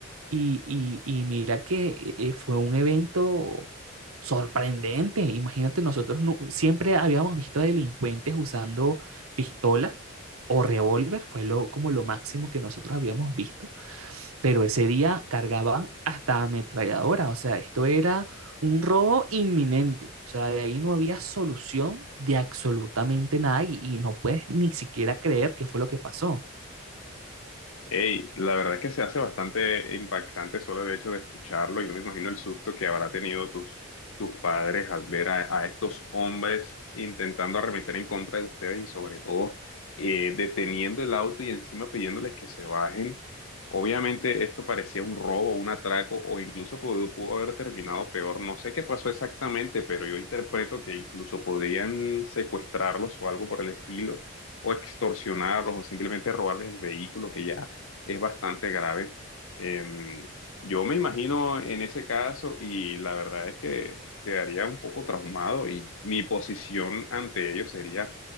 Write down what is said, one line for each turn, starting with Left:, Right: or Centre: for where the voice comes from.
Right: Y, y- y mira que eh, fue un evento sorprendente. Imagínate, nosotros nu- siempre habíamos visto delincuentes usando pistolas o revólver. Fue lo, como lo máximo que nosotros habíamos visto pero ese día cargaban hasta ametralladora, o sea, esto era un robo inminente, o sea, de ahí no había solución de absolutamente nada y, y no puedes ni siquiera creer qué fue lo que pasó.
Left: Ey, la verdad es que se hace bastante impactante solo el hecho de escucharlo. Yo me imagino el susto que habrá tenido tus, tus padres al ver a, a estos hombres intentando arremeter en contra de ustedes y sobre todo eh, deteniendo el auto y encima pidiéndoles que se bajen. Obviamente esto parecía un robo, un atraco o incluso pudo, pudo haber terminado peor. No sé qué pasó exactamente, pero yo interpreto que incluso podrían secuestrarlos o algo por el estilo, o extorsionarlos o simplemente robarles el vehículo que ya es bastante grave. Eh, yo me imagino en ese caso y la verdad es que quedaría un poco traumado y mi posición ante ello sería,